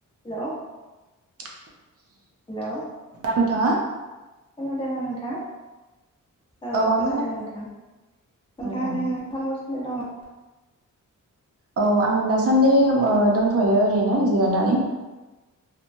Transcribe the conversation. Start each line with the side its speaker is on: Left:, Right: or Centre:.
Left: हेल'
Right: <unintelligible>
Left: हेल'।
Right: नोंथाङा
Left: खोनादों ना नोंथां? औ
Right: आं
Left: खोनादों
Right: खोना
Left: नोंथां। नोंथाङा
Right: औ औ
Left: दा मा खालामगासिनो? दङ
Right: औ आं दासान्दि ओ‌ दोंनथ'यो ओरैनो जिरायनानै।